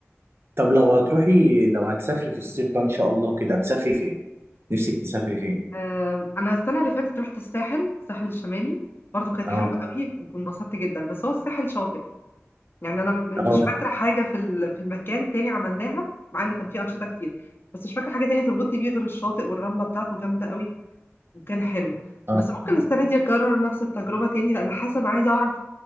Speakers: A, on the right (about 55°); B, on the left (about 50°).
A: طب لو هتروحي لو هتسافري في الصيف ده ان شاء الله كده هتسافري فين نفسك تسافري فين
B: آم، انا السنة اللي فاتت رحت الساحل الساحل الشمالي برضو كانت
A: اه
B: حلوة قوي وكنت انبسطت جدا بس هو الساحل شاطئ يعني انا م- مش
A: اه
B: فاكره حاجه في ال- في المكان تاني عملناها مع ان كان فيه انشطه كتير بس مش فاكره حاجه تانية تربطني بيه غير الشاطئ والرمله بتاعته جامده قوي وكان حلو
A: اه
B: بس ممكن مم. السنه دي اكرر نفس التجربه تاني لان حاسه انا عايزه اعرف